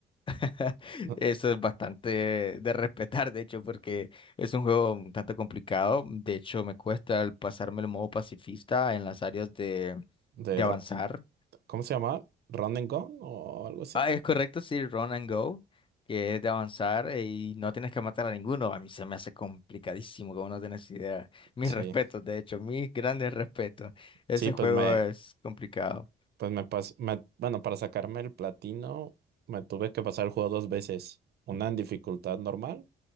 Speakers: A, on the left; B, on the right.
A: <laughs>
B: <laughs>
A: Eso es bastante de respetar de hecho porque es un juego un tanto complicado, de hecho me cuesta el pasarme el modo pacifista en las áreas de,
B: De,
A: de
B: R-
A: avanzar.
B: ¿cómo se llama? ¿Run and Gun o algo así?
A: Ah, es correcto, sí, Run and Go, que es de avanzar eh, y no tienes que matar a ninguno, a mí se me hace complicadísimo, como no tienes idea. Mis
B: Sí.
A: respetos, de hecho, mis grandes respetos. Ese
B: Sí, pues
A: juego
B: me,
A: es complicado.
B: Pues me pas me- bueno, para sacarme el platino me tuve que pasar el juego dos veces, una en dificultad normal